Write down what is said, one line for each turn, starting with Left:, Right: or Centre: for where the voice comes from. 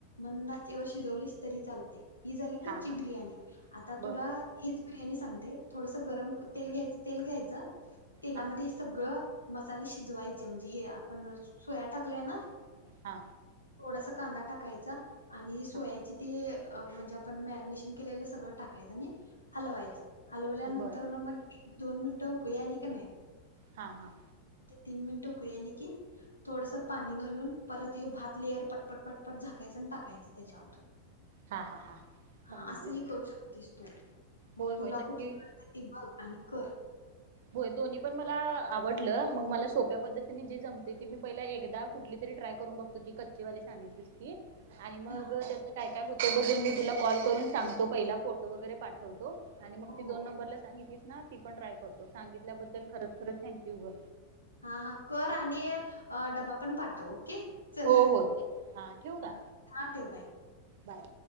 Left: मंद आचेवर शिजवलीस तरी चालतयं ही झाली कच्ची
Right: हां हां
Left: बिर्याणी, आता
Right: बर
Left: तुला हीच बिर्यानी सांग. ते थोडसं गरम ते घ्यायच तेल घ्यायचं तेलामध्ये
Right: हां
Left: हे सगळं मसाले शिजवायचे, म्हणजे हे आपण सोया टाकलेय ना?
Right: हा
Left: थोडासा कांदा टाकायचा. आणि सोयाची
Right: हां
Left: ती अ म्हणजे आपण मॅरिनेशन केलेलं सगळं टाकायचं नी हलवायचं. हलवल्या नंतर
Right: बर
Left: ना म दोन मिनिट उकळी आली का नाही?
Right: हा हा
Left: ते तीन मिनिटं उकळी आली की थोडस पाणी घालून परत हे भात लेअर पटपट पट झाकायचं आणि टाकायचं त्याच्यावर.
Right: हां हां हां
Left: हा
Right: समजलं
Left: असंही
Right: की
Left: करू शकतीस, तू मग
Right: होय
Left: तुला
Right: होय नक्की
Left: कुठली तिळ त्या ती बघ आणि कर.
Right: होय दोन्ही पण मला आवडलं. मग मला सोप्या पद्धतीने जे जम ते की मी पहिल्या एकदा कुठली तरी ट्राय करून बघतो. ती कच्चीवाली सांगितलीस ती. आणि मग
Left: हा
Right: त्याच काय? काय होतय, ते बघून मी तुला कॉल करून सांगतो. पहिला फोटो वगैरे पाठवतो. आणि मग
Left: हो
Right: ती दोन
Left: हो
Right: नंबरला सांगितली ना ती पण ट्राय करतो. सांगितल्याबद्दल खरचं खरचं थँक्यू ग.
Left: हा हा कर आणि डबा पण पाठव. ओके.. चल
Right: हो हो चल हां ठेवू
Left: हा
Right: का
Left: ठेव. बाय.
Right: बाय.